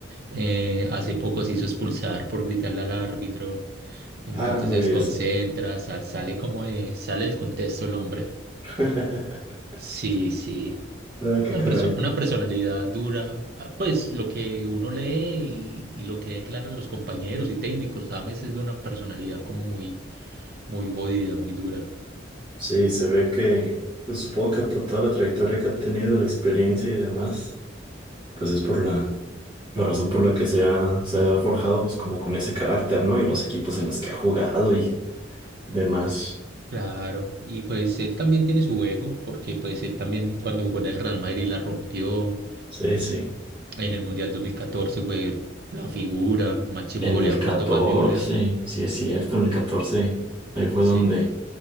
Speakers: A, on the right (about 55°); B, on the right (about 25°).
A: Eh, hace poco se hizo expulsar por gritarle al árbitro. Entonces
B: Ah, no
A: se
B: vi
A: desconcentra,
B: eso.
A: sal- sale como de, sale del contexto el hombre.
B: <laughs>
A: Sí, sí.
B: Ah,
A: Una
B: qué caray.
A: perso- una personalidad dura, ah, pues lo que uno lee y, y lo que declaran los compañeros y técnicos, James es de una personalidad como muy, muy jodida, muy dura.
B: Sí, se ve que, pues supongo que por toda la trayectoria que ha tenido, la experiencia y demás, pues es por la, la razón por la que se ha, se ha forjado pues como con ese carácter, ¿no? Y los equipos en los que ha jugado y demás.
A: Claro, y pues él también tiene su ego, porque pues él también cuando jugó en el Real Madrid la rompió,
B: Sí, sí.
A: en el Mundial 2014 fue la figura, máximo
B: En
A: goleador
B: el 14
A: con Tomás Müller,
B: sí es cierto, en el 14 ahí fue
A: sí,
B: donde